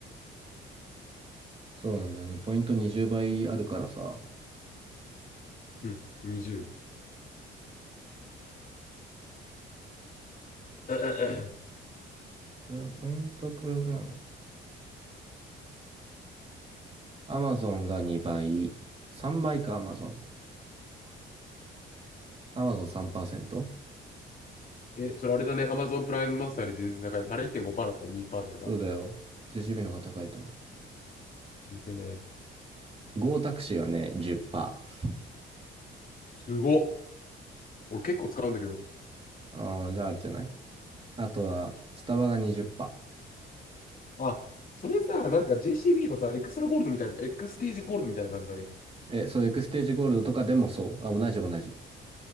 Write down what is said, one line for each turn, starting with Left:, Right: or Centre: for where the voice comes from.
Right: そうなんだよね。ポイント20倍あるからさ。
Left: うん、20。え、え
Right: これはポイントプログラム。Amazon が2倍。3倍か Amazon。Amazon3%?
Left: ええそれあれだね。Amazon プライムマスターより全然高い。あれいってんごパ5だとかにパーだとか。
Right: そうだよ。JCB の方が高いと思う。
Left: ですね。
Right: Go タクシーはね、10%。
Left: すごっ。俺結構使うんだけど。
Right: ああ、じゃああれじゃないあとは、スタバが20%。
Left: あ、それさ、なんか JCB のさ、エクストラゴールドみたいな、エクステージゴールドみたいな感じだね。
Right: え、そういうエクステージゴールドとかでもそう。あ、同じ同じ。